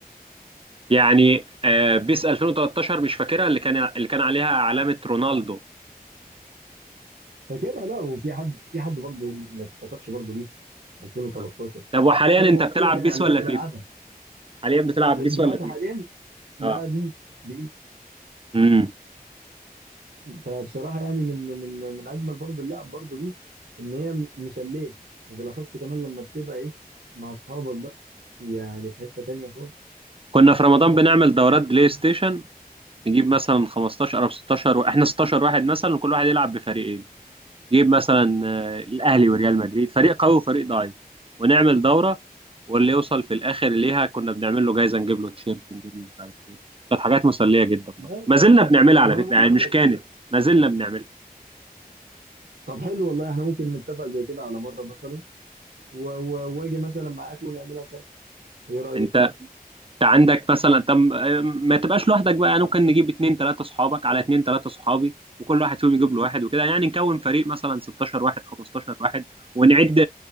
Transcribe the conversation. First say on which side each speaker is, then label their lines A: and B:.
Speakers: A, on the right; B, on the right.
A: يعني آه، بيس 2013 مش فاكرها اللي كان اللي كان عليها علامه رونالدو
B: فاكرها لا وفي حد في حد برضه ما افتكرش برضه بيس 2013
A: آه. طب وحاليا
B: بس انا
A: انت
B: بقول
A: بتلعب
B: لك يعني
A: بيس
B: على اللي
A: ولا
B: كنت
A: فيفا
B: بلعبها
A: حاليا بتلعب
B: دلوقتي
A: بيس ولا فيفا
B: حاليا لا
A: اه
B: بيس بيس
A: امم
B: فبصراحه يعني من من من اجمل برضه اللعب برضه بيس ان هي مسليه وبالاخص كمان لما بتبقى ايه مع اصحابك بقى يعني في حته تانيه خالص
A: كنا في رمضان بنعمل دورات بلاي ستيشن نجيب مثلا 15 او 16 و... احنا 16 واحد مثلا وكل واحد يلعب بفريقين نجيب مثلا آه، الاهلي وريال مدريد فريق قوي وفريق ضعيف ونعمل دوره واللي يوصل في الاخر ليها كنا بنعمل له جايزه نجيب له تيشيرت نجيب له مش عارف ايه كانت حاجات مسليه جدا برضه
B: لا
A: ما زلنا بنعملها
B: ما
A: على
B: انا
A: فكره
B: بقول
A: يعني مش
B: لك
A: كانت ما زلنا بنعملها
B: طب حلو والله احنا ممكن نتفق زي كده على مره مثلا و- و- واجي مثلا معاك ونعملها سوا ايه رايك
A: انت عندك مثلا طب ما تبقاش لوحدك بقى يعني ممكن نجيب اتنين تلاتة صحابك على اتنين تلاتة صحابي وكل واحد فيهم يجيب له واحد وكده يعني نكون فريق مثلا 16 واحد 15 واحد ونعد